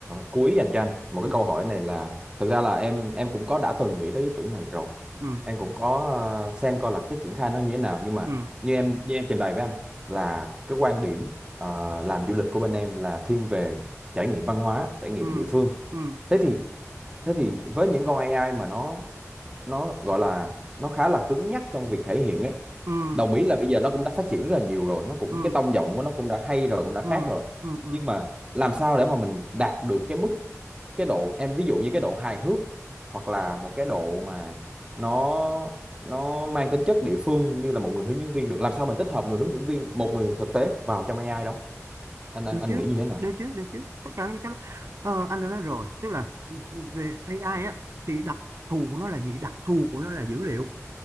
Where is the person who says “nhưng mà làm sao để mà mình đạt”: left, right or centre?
Right